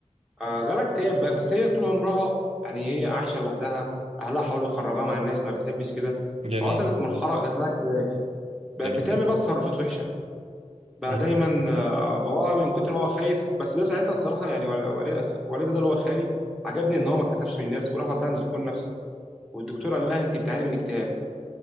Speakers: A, in the centre; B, on the right (about 55°).
A: آه، جالها اكتئاب بقى بس هي طول عمرها يعني هي عايشه لوحدها اهلها حاولوا يخرجوها مع الناس ما بتحبش كده
B: جميل
A: وصلت مرحله جات لها اكتئاب بقت
B: جميل
A: بتعمل
B: جدا
A: بقى تصرفات وحشه بقى
B: مم.
A: دايما آه، باباها من كتر ما هو خايف بس ده ساعتها الصراحه يعني وال- والد- والدي ده اللي هو خالي عجبني ان هو ما اتكسفش من الناس وراح وداها عند دكتور نفسي والدكتور قال لها انت بتعاني من اكتئاب